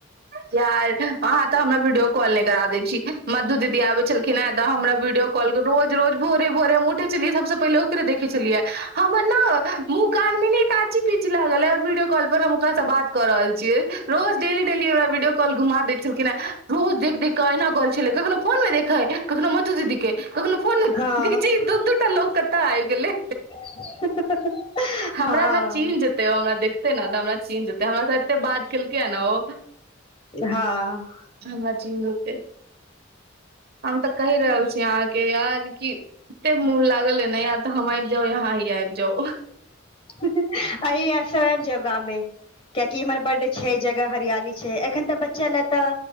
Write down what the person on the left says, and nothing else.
हँ
<inaudible>
हँ
हँ
अहीं ऐ सभ ऐब जाउ गामे। कियाकि इमहर बड छै, जगह हरियाली छै एखन तऽ बच्चा ले तऽ